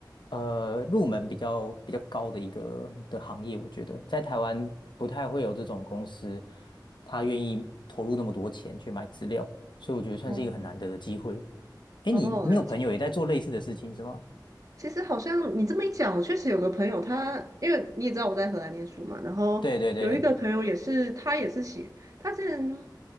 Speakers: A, on the left; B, on the right.
A: 呃入门比较比较高的一个的行业，我觉得在台湾不太会有这种公司，他愿意投入那么多钱去买资料，所以我觉得算是一个很难得的机会。
B: 哦
A: 哎，
B: 哦，
A: 你你有朋友也在做类似的事情是吗？
B: 了解。其实好像你这么一讲，我确实有个朋友他，因为你也知道我在荷兰念书嘛，然后有一个朋友也是，
A: 对对对，
B: 他也是喜，他之前，